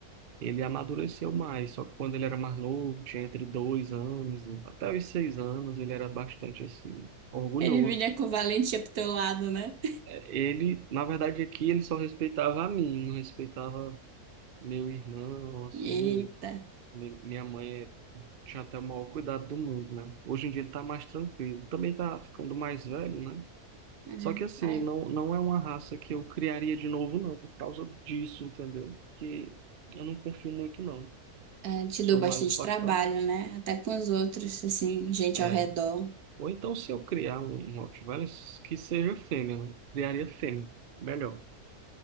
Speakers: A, on the right; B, on the right.
A: ele amadureceu mais. Só que quando ele era mais novo, tinha entre dois anos, até os seis anos, ele era bastante assim, orgulhoso.
B: <laughs> Ele vinha com valentia pro teu lado, né?
A: É, Ele, na verdade, aqui ele só respeitava a mim, não respeitava meu irmão, assim.
B: Eita.
A: Mi- Minha mãe é- tinha até o maior cuidado do mundo, né? Hoje em dia ele tá mais tranquilo. Também tá ficando mais velho, né?
B: É,
A: Só que assim,
B: é,
A: não, não é uma raça que eu criaria de novo, não, por causa disso, entendeu? Porque eu não confio muito, não.
B: é, te
A: Sou
B: deu bastante
A: mais um pastor.
B: trabalho, né? Até com os outros, assim, gente
A: É.
B: ao redor.
A: Ou então, se eu criar um Rottweiler, que seja fêmea, né? Criaria fêmea. Melhor.